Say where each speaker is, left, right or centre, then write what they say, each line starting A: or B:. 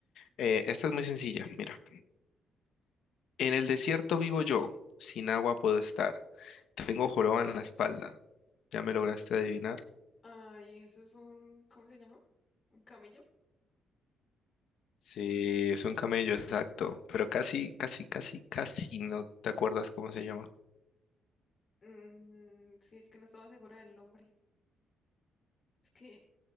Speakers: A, on the left; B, on the left.
A: eh, esta es muy sencilla. Mira, en el desierto vivo yo, sin agua puedo estar. Tengo joroba en la espalda. ¿Ya me lograste adivinar?
B: Ay, eso es un, ¿cómo se llama? ¿Un camello?
A: Sí, es un camello, exacto. Pero casi, casi, casi, casi no te acuerdas cómo se llama.
B: Mm, sí, es que no estaba segura del nombre. Es que